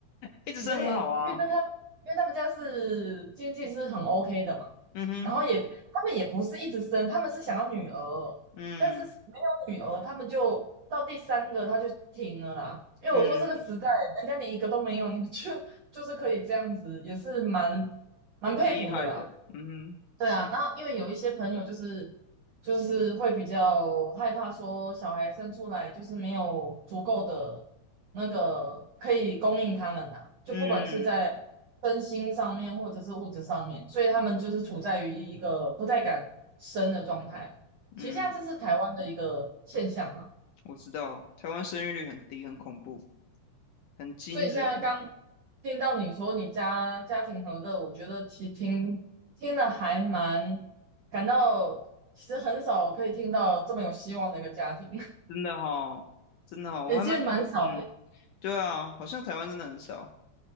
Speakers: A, on the left; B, on the right.
A: 一直升很好啊，
B: 有点，因为那他，因为他们家是经济是很 OK 的嘛。
A: 嗯哼，
B: 然后也他们也不是一直生，他们是想要女儿，
A: 嗯
B: 但是没有女儿，他们就到第三个他就停了啦。因为我说这个时代，
A: 嗯，
B: 人家连一个都没有，你们就就是可以这样子，也是蛮蛮佩服的啦。
A: 蛮厉害的，嗯哼，
B: 对啊，那因为有一些朋友就是就是会比较害怕说小孩生出来就是没有足够的那个可以供应他们啊，就不管是在
A: 嗯
B: 身心上面或者是物质上面，所以他们就是处在于一个不太敢生的状态。其实现在这是台湾的一个现象啊。
A: 嗯，我知道，台湾生育率很低，很恐怖，很惊人，
B: 所以现在刚听到你说你家家庭和乐，我觉得其实听听了还蛮感到，其实很少可以听到这么有希望的一个家庭，
A: 真的哈，真的哈，
B: <laughs>
A: 我还蛮，
B: 也其实蛮少的。
A: 嗯，对啊，好像台湾真的很少，